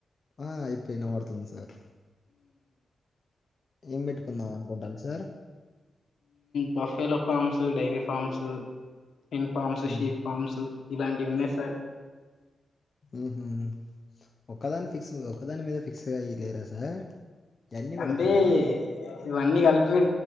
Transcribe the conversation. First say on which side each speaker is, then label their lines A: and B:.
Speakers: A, on the left; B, on the left.
A: ఆ ఇప్పుడు వినపడుతుంది సార్ ఏం పెట్టుకుందాం అనుకుంటంది sir
B: buffalo farms dairy farms ఎన్ ఫామ్స్
A: హ్మ్.
B: షీ ఫామ్స్ ఇలాంటివి ఉన్నాయి సార్
A: ఉహు ఒకదాని ఫిక్స్ ఒకదాని మీద ఫిక్స్గా అయి లేద సార్ గన్ని పేడతారా
B: అంటే ఇవన్నీ కలిపి పెడితే